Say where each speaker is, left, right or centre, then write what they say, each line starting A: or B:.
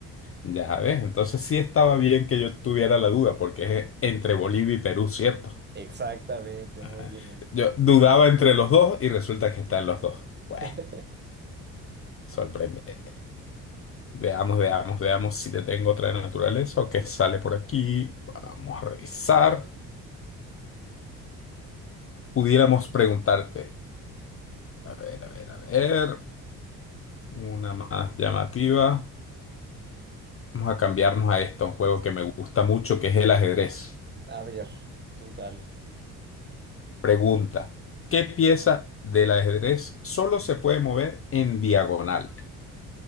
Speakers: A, on the left; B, on the right.
A: Ya ves, entonces sí estaba bien que yo tuviera la duda, porque es entre Bolivia y Perú, ¿cierto?
B: Exactamente,
A: Ah,
B: muy bien.
A: Yo dudaba entre los dos y resulta que están los dos. Bueno,
B: <laughs>
A: sorprendente. Veamos, veamos, veamos si te tengo otra de naturaleza o qué sale por aquí. Vamos a revisar. Pudiéramos preguntarte. A ver, a ver, a ver. Una más llamativa. Vamos a cambiarnos a esto, un juego que me gusta mucho, que es el ajedrez.
B: A ver, tú dale.
A: Pregunta, ¿qué pieza del ajedrez solo se puede mover en diagonal?